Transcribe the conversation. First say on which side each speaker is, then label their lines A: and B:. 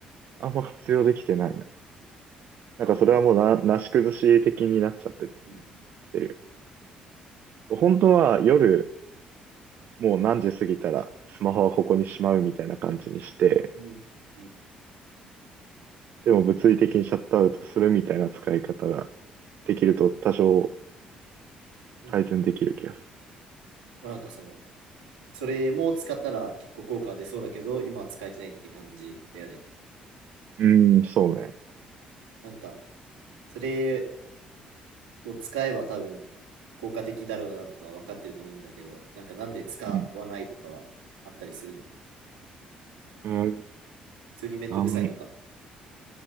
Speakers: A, on the right; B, on the right.
A: あんま活用できてないな。なんかそれはもうな、
B: ああ。
A: なし崩し的になっちゃってっ
B: うん
A: てる。本当は夜、もう何時過ぎたらスマホはここにしまうみたいな感じにして、
B: うんうんう
A: でも物理的にシャットアウトするみたいな使い方ができると多少
B: ん
A: 改善できる気がす
B: まあなんかその、それも使ったら結構効果出そうだけど、今は使えてないって感じだよね。
A: る。うーん、そうね。
B: なんか、それを使えば多分効果的だろうなとは分かってると思うんだけど、なんかなんで使わないとかはあったりするの。
A: うん。うん。
B: 普通にめんどくさいとか。
A: あの、